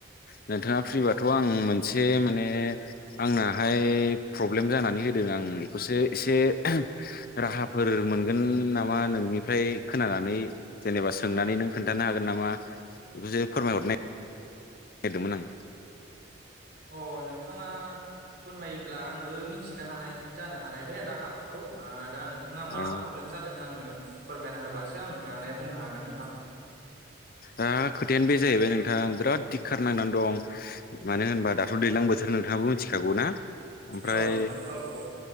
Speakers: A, on the left; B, on the right.
A: नोंथाङा फ्रिबाथ' आं मोनसे माने आंनाहाय प्रब्लेम जानानै होदों आं बेखौसो एसे रा राहाफोर मोनगोन नामा नोंनिफ्राय खोनानानै जेनेबा सोंनानै नों खोन्थानो हागोन नामा बेखौसो फोरमायहरनाय हदोंमोन आं।
B: अ नोंथाङा फोरमायोब्ला आंबो मिथिनो हानाय जानो हानाय बे राहाफोरखौ ओ दा नोंथाङा मा
A: अ
B: प्रब्लेम जादों आंनो फोरमायना होबासो आं माने बुंनो हागोन नोंथां।
A: ओ खोथायानो बे जाहैबाय नोंथां बिराद दिक्खार नांनानै दं मानो होनबा दाथ' दैलां बोथोर नोंथाङाबो मिथिखागौ ना ओमफ्राय
B: औ नोंथां औ औ